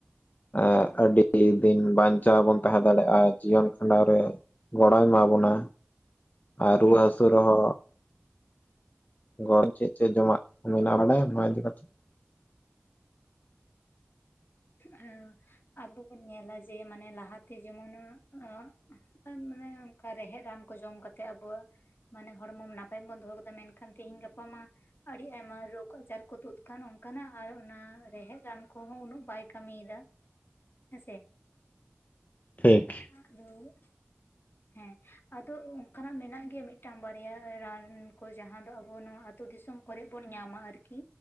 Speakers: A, on the left (about 40°); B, on the left (about 55°).
A: ᱮᱸᱻ ᱟᱹᱰᱤ ᱤᱧ ᱵᱟᱧᱪᱟᱣ ᱵᱚᱱ ᱛᱟᱦᱮᱸ ᱫᱟᱲᱮᱭᱟᱜᱼᱟ ᱡᱤᱭᱚᱱ ᱠᱷᱟᱸᱰᱟᱣ ᱨᱮ ᱜᱚᱲᱚᱭ ᱮᱢᱟ ᱵᱚᱱᱟ ᱟᱨ ᱨᱩᱣᱟᱹ
B: ᱦᱮᱸ
A: ᱦᱟᱹᱥᱩ ᱨᱮ ᱦᱚᱸ ᱜᱚᱲ ᱪᱮᱫ ᱪᱚ ᱡᱚᱢᱟᱜ ᱠᱚ ᱢᱮᱱᱟᱜ ᱚᱸᱰᱮ ᱚᱱᱟ ᱤᱫᱤ ᱠᱟᱛᱮᱫ
B: ᱦᱮᱸ ᱟᱵᱚ ᱵᱚᱱ ᱧᱮᱞᱟ ᱡᱮ ᱢᱟᱱᱮ ᱞᱟᱦᱛᱮ ᱡᱮᱢᱚᱱ ᱟᱹᱻ ᱟᱨ ᱢᱟᱱᱮ ᱚᱱᱠᱟ ᱨᱮᱦᱮᱫ ᱨᱟᱱ ᱠᱚ ᱡᱚᱢ ᱠᱟᱛᱮᱜ ᱟᱵᱚᱣᱟᱜ ᱢᱟᱱᱮ ᱦᱚᱲᱢᱚ ᱱᱟᱯᱟᱭ ᱵᱚᱱ ᱫᱚᱦᱚ ᱟᱠᱟᱫᱟ ᱢᱮᱱᱠᱷᱟᱱ ᱛᱤᱦᱤᱧ ᱜᱟᱯᱟ ᱢᱟ ᱟᱹᱰᱤ ᱟᱭᱢᱟ ᱨᱳᱜᱽ ᱟᱡᱟᱨ ᱠᱚ ᱛᱩᱫ ᱟᱠᱟᱱ ᱚᱱᱠᱟᱱᱟᱜ ᱟᱨ ᱚᱱᱟ ᱨᱮᱦᱮᱫ ᱨᱟᱱ ᱠᱚᱦᱚᱸ ᱩᱱᱟᱹᱜ ᱵᱟᱭ ᱠᱟᱹᱢᱤᱭᱮᱫᱟ ᱦᱮᱸᱥᱮ
A: ᱴᱷᱤᱠ
B: <unintelligible>
A: <inaudible>
B: ᱦᱮᱸ ᱟᱫᱚ ᱚᱱᱠᱟᱱᱟᱜ ᱢᱮᱱᱟᱜ ᱜᱮᱭᱟ ᱢᱤᱫᱴᱟᱹᱝ ᱵᱟᱨᱭᱟ ᱨᱟᱱ ᱠᱩ ᱡᱟᱦᱟᱸ ᱫᱚ ᱟᱵᱚ ᱱᱚᱣᱟ ᱟᱹᱛᱳ ᱫᱤᱥᱚᱢ ᱠᱚᱨᱮ ᱵᱚᱱ ᱧᱟᱢᱟ ᱟᱨᱠᱤ